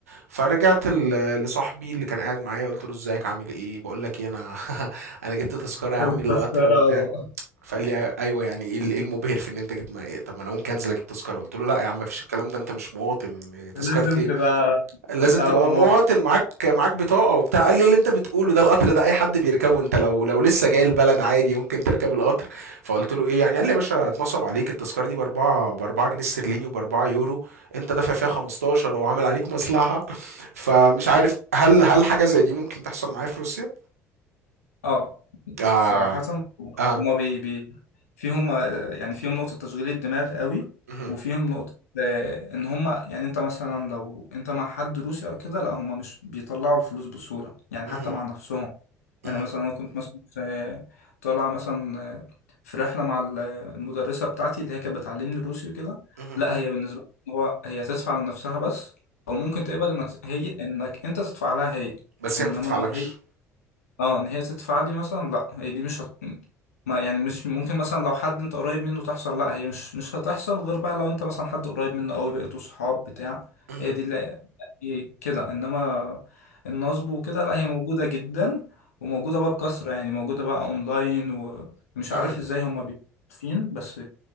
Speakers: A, on the right; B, on the left.
A: فرجعت ال- لصاحبي اللي كان قاعد معايا قلت له ازيك عامل ايه بقول لك ايه انا <laughs> انا جبت تذكرة يا عم
B: التذكرة
A: للقطر وبتاع فقال لي ايوه يعني ايه ال- إيه المبهر في ان انت جبت ما إيه؟ طب ما انا ممكن انزل اجيب تذكرة قلت له لا يا عم مفيش الكلام ده انت مش مواطن تذكرة
B: لازم
A: ايه
B: تبقى
A: لازم
B: أمور
A: تبقى مواطن معاك معاك بطاقة وبتاع قال لي اللي انت بتقوله ده القطر ده اي حد بيركبه انت لو لو لسه جاي البلد عادي ممكن تركب القطر فقلت له ايه يعني قال لي يا باشا اتنصب عليك التذكرة دي باربعة باربعة جنيه استرليني وباربعة يورو انت دافع فيها 15 وعامل عليك مصلحة فمش عارف هل هل حاجة زي دي ممكن تحصل معايا في روسيا؟
B: اه
A: اه
B: صراحة
A: اه
B: هما بي بي فيهم آه، يعني فيهم نقطة تشغيل الدماغ قوي
A: مهم.
B: وفيهم نقطة آه، إن هما يعني أنت مثلا لو أنت مع حد روسي أو كده لا هما مش بيطلعوا الفلوس بسهولة يعني حتى
A: مهم.
B: مع نفسهم يعني
A: مهم.
B: مثلا أنا كنت مثلا في طالع مثلا آه، في رحلة مع ال- آه، المدرسة بتاعتي اللي هي كانت بتعلمني روسي وكده
A: مهم.
B: لا هي بالنسبة لي هو هي تدفع لنفسها بس أو ممكن تقبل إنك هي إنك أنت تدفع لها هي
A: بس
B: إنما
A: هي ما تدفعلكش
B: إن هي اه ان هي تدفع لي مثلا لا هي دي مش هت... ما يعني مش ممكن مثلا لو حد انت قريب منه تحصل لا هي مش مش هتحصل غير بقى لو انت مثلا حد قريب منه قوي بقيتوا صحاب بتاع
A: مهم.
B: هي دي اللي هي كده انما النصب وكده لا هي موجودة جدا وموجودة بقى بكثرة يعني موجودة بقى اونلاين ومش
A: مهم.
B: عارف ازاي هما بيفين بس